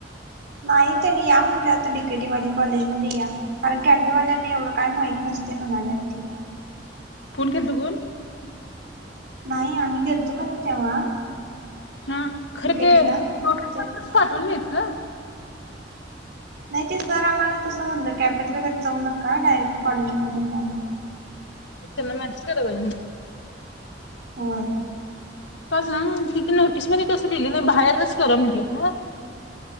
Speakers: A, on the right (about 60°); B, on the left (about 80°).
A: नाही त्यांनी या म्हणलं आता डी के टीवाली कॉलेजमध्ये या. कारण कॅफेवाल्यांना एवढं काय माहित नसत. नस्ते म्हणाल्यात ती.
B: फोन केलता कोण?
A: नाही आम्ही गेलतो कनी तेव्हा.
B: हा खरे
A: डिकेटीला
B: ते नोटीस
A: ते
B: मधी टेन पाठवलु नाही ग
A: नाही ते सर आम्हाला तसं म्हणलं, कॅफेत वगैरे जाऊ नका डायरेक्ट कॉलेजमध्ये या.
B: त्यांना मेसेज कराय पाहिजे म.
A: होय.
B: का सांग तिथं नोटीस मध्ये तसं लिहिलं, बाहेरच करा म्हंटलं ह.